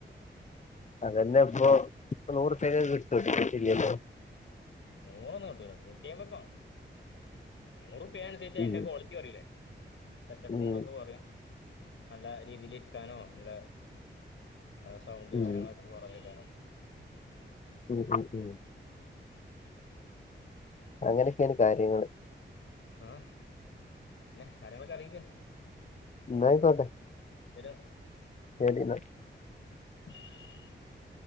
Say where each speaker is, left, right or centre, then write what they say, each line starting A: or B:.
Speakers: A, on the left; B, on the left.
A: അതന്നെ ഇപ്പൊ ഇപ്പ നൂറ് പേര് കിട്ടത്തുട്ടി ശരിപ്പ
B: നൂറന്ന്ട്ട് നൂറ്റിമ്പക്ക ആണ് നൂറ് പേ അനുസരിച്ചച്ച് അതിന്റെ
A: ഉം
B: ക്വാളിറ്റി കുറില്ലേ സെറ്റപ്പുംന്തൊക്കെ
A: ഉം
B: പറയും നല്ല രീതിൽ ഇരിക്കാനോ നല്ല സൗണ്ട്
A: ഉം
B: കാര്യങ്ങളൊക്കെ കുറവേ കാരണം
A: ഉം ഉം ഉം അങ്ങനെയൊക്കെയാണ് കാര്യങ്ങള്
B: ആ പിന്നെ കാര്യങ്ങളൊക്കെ അറിയിക്ക
A: നായിക്കോട്ടെ
B: എന്നാ.
A: ശെരിന്ന
B: <inaudible>